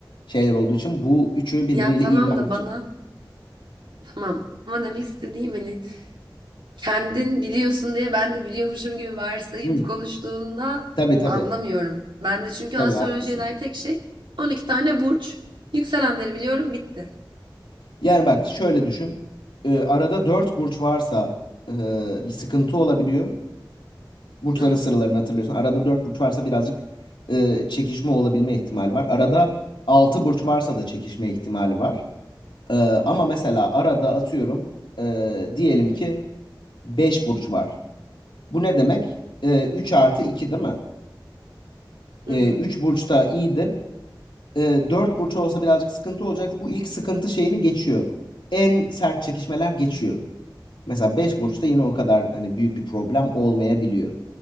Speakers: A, on the left; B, on the right.
A: şeyler olduğu için bu üçü birbiriyle
B: Ya tamam
A: iyi bir anlaşma.
B: da bana tamam. Ama demek istediğim hani kendin biliyorsun diye ben de biliyormuşum gibi varsayıp
A: Hı,
B: konuştuğunda
A: tabii tabii.
B: anlamıyorum. Ben de çünkü
A: Tabii
B: astrolojiye
A: haklısın.
B: dair tek şey 12 tane burç. Yükselenleri biliyorum bitti.
A: Yani bak şöyle düşün. E, arada dört burç varsa e, bir sıkıntı olabiliyor. Burçların
B: Hı hı
A: sıralarını hatırlıyorsun. Arada 4 burç varsa birazcık e, çekişme olabilme ihtimali var. Arada 6 burç varsa da çekişme ihtimali var. E, ama mesela arada atıyorum e, diyelim ki 5 burç var. Bu ne demek? E, 3 artı 2 değil mi?
B: hı
A: E,
B: hı.
A: 3 burçta iyiydi. E, 4 burç olsa birazcık sıkıntı olacaktı. Bu ilk sıkıntı şeyini geçiyor. En sert çekişmeler geçiyor. Mesela 5 burçta yine o kadar hani büyük bir problem olmayabiliyor.